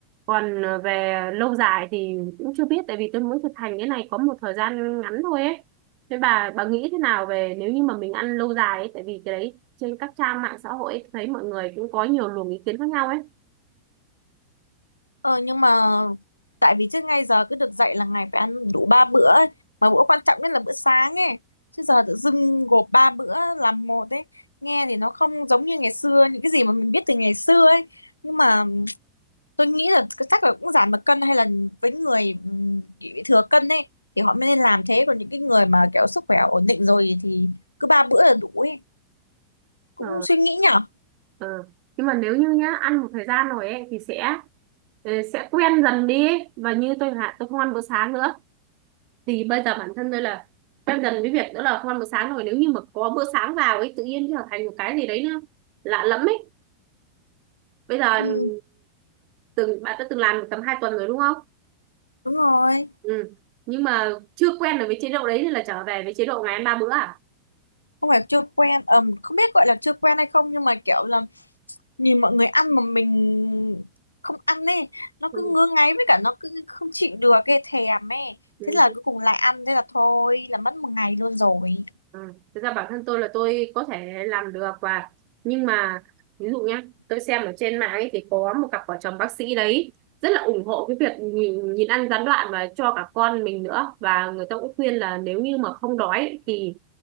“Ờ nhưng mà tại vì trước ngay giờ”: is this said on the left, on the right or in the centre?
Left